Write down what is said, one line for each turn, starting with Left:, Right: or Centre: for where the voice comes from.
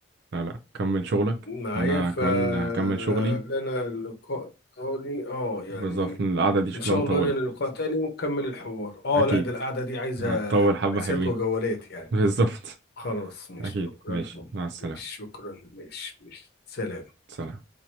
Right: لا لا كمل شغلك
Left: معايا
Right: وانا
Left: فلنا
Right: كمان هكمل شغلي
Left: اللقاء تاني اه يعني
Right: بالظبط لأن القعدة دي شكلها
Left: ان شاء
Right: مطولة
Left: الله لنا لقاء تاني ونكمل الحوار اه
Right: اكيد
Left: لا ده القعدة دي عايزة
Right: هتطول حبة
Left: جلسات
Right: حلوين
Left: وجولات
Right: <laughs>
Left: يعني
Right: بالظبط
Left: خلاص مش
Right: اكيد
Left: شكرا
Right: ماشي مع السلامة
Left: مش شكرا مش مش سلام
Right: سلام